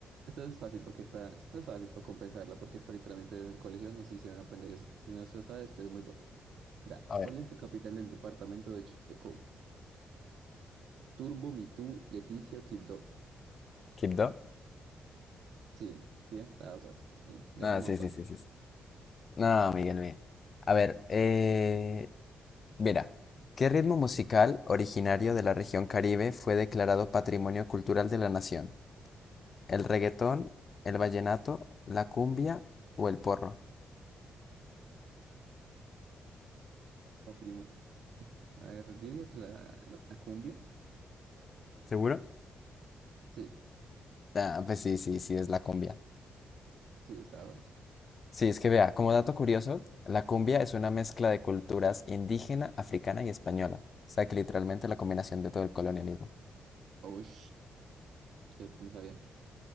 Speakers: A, on the right; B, on the left.
A: Esta es fácil porque está, esta es fácil para compensarla porque está literalmente en el colegio, no sé si van a aprender eso. Si no se lo sabes, es muy boto. Da,
B: A ver,
A: ¿cuál es la capital del departamento de Chocó? Turbo, Mitú, Leticia o Quibdó.
B: ¿Quibdó?
A: Sí, sí, estaba fácil. Eh, ya
B: No,
A: estamos
B: sí,
A: a
B: sí, sí, sí. sí. No, Miguel, bien. A ver, eh, mira, ¿qué ritmo musical originario de la región Caribe fue declarado Patrimonio Cultural de la Nación? ¿El reggaetón, el vallenato, la cumbia o el porro?
A: patrimonio. A ver, yo diría que la, la, la cumbia.
B: ¿Seguro?
A: Sí,
B: Ah, pues sí, sí, sí, es la cumbia.
A: sí, estaba fácil.
B: Sí, es que vea, como dato curioso, la cumbia es una mezcla de culturas indígena, africana y española. O sea que literalmente la combinación de todo el colonialismo.
A: Uy, quieto, no sabía.